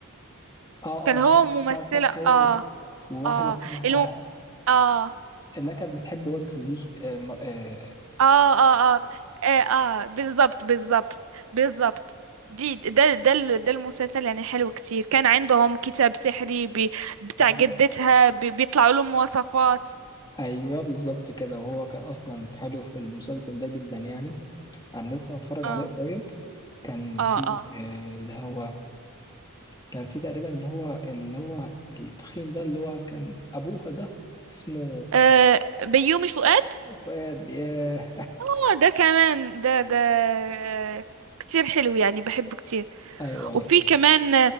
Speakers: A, on the left; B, on the right.
A: اه
B: كان
A: اه
B: هو
A: شيف
B: ممثلة
A: بتاع الطبخ هو
B: اه
A: و- وواحده
B: اه
A: اسمها
B: الم... اه اه
A: اللي كانت بتحب وجز دي آه مر- آه
B: اه اه, آه, آه بالظبط بالظبط بالظبط دي ده ده ال- ده المسلسل يعني حلو كتير كان عندهم كتاب سحري بي- بتاع
A: <laughs>
B: جدتها بي- بيطلعوا لهم وصفات
A: ايوه بالظبط كده وهو كان اصلا حلو في المسلسل ده جدا يعني انا لسه متفرج
B: اه
A: عليه قريب كان في
B: اه اه
A: آه، اللي هو كان في تقريبا اللي هو اللي هو التخين ده اللي هو كان ابوها ده اسمه
B: آه بيومي فؤاد
A: فؤاد ياه.
B: آه، ده كمان ده ده آه، كتير حلو يعني بحبه كتير
A: <laughs> ايوه ايوه
B: وفي كمان